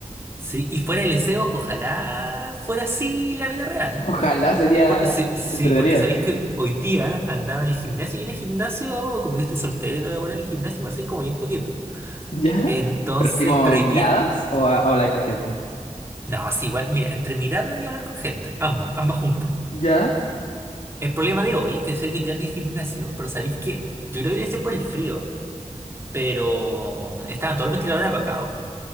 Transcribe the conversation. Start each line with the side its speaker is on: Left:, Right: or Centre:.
Right: Sí, y fuera el deseo, ojalá fuera así la vida real.
Left: Ojalá sería
Right: Por- sí, sí,
Left: entretenido.
Right: porque sabéis
Left: <laughs>
Right: que hoy día andaba en el gimnasio y en el gimnasio, como yo estoy soltero y todo, bueno, en el gimnasio igual soy como bien poquito.
Left: ¿Ya?
Right: Entonces,
Left: Pero así como
Right: pero hoy
Left: miradas
Right: día,
Left: o, a- o like con gente.
Right: no, sí, igual, mira, entre miradas y hablar con gente, ambas, ambas juntas.
Left: ¿Ya?
Right: El problema de hoy, que sé que ya fui al gimnasio, pero ¿sabéis qué? Yo creo que debe ser por el frío, pero estaban todos los ventiladores apagados. po.